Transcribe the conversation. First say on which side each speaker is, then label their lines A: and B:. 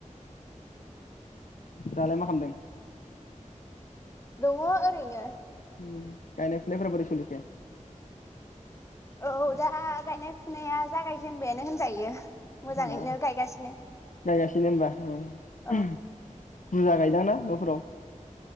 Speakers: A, on the left; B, on the left.
A: दालाय मा खामदों
B: दङ ओरैनो
A: ओम गायनाय फुनाय फोरा बोरै सोलिखो
B: औ दा गायनाय फुनाया जागायजेनबायानो होनजायो मोजाङैनो
A: बा
B: गायगासिनो।
A: गायगासिनो होनबा ओ
B: औ
A: बुरजा गायोदांना न'फोराव